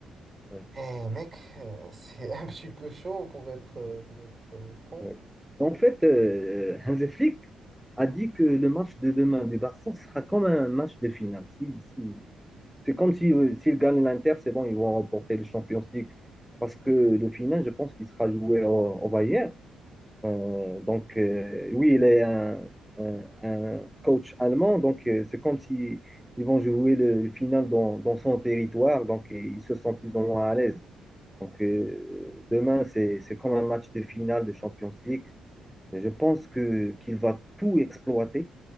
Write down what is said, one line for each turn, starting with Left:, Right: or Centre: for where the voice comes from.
Centre: oui,
Right: Eh mec, euh, c'est <laughs> un petit peu chaud pour être, euh, pour être euh, franc.
Centre: oui. En fait, euh, euh, Hansi Flick a dit que le match de demain du Barça sera comme un match de finale. Si, si- c'est comme si, euh, s'ils gagnent l'Inter, c'est bon, ils vont remporter le Champions League. Parce que le final, je pense qu'il sera joué au, au Bayern. Euh, donc, euh, oui, il est un, un- un coach allemand. Donc, euh, c'est comme si ils vont jouer le, final dans, dans son territoire. Donc, ils se sentent plus ou moins à l'aise. Donc, euh, demain, c'est, c'est comme un match de finale de Champions League. Je pense que qu'il va tout exploiter,